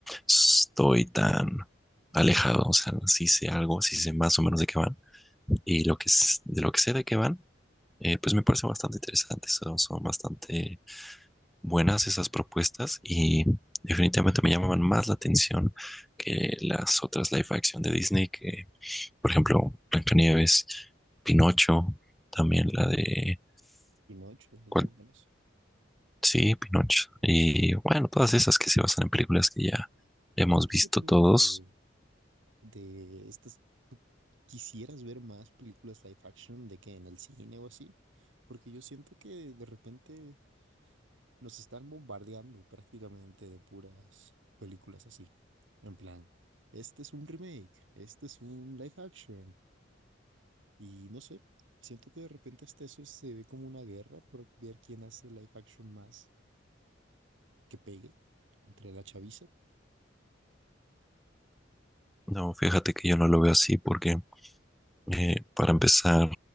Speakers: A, in the centre; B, on the right (about 85°).
A: estoy tan alejado. O sea, sí sé algo, sí sé más o menos de qué van. Y lo que, s- de lo que sé de qué van, eh, pues me parece bastante interesante. Son, son bastante buenas esas propuestas y definitivamente me llamaban más la atención que las otras live action de Disney que por ejemplo, Blancanieves, Pinocho, también la de...
B: Y no, de hecho, es
A: ¿Cuál?
B: muy bueno eso.
A: Sí, Pinocho. Y bueno, todas esas que se basan en películas que ya hemos
B: ¿Y tú
A: visto
B: qué opinas
A: todos.
B: de, de estas? ¿Tú quisieras ver más películas live action de que en el cine o así? Porque yo siento que de repente nos están bombardeando prácticamente de puras películas así. En plan, este es un remake, este es un live action. Y no sé, siento que de repente hasta eso se ve como una guerra por ver quién hace live action más que pegue entre la chaviza.
A: No, fíjate que yo no lo veo así porque, eh, para empezar,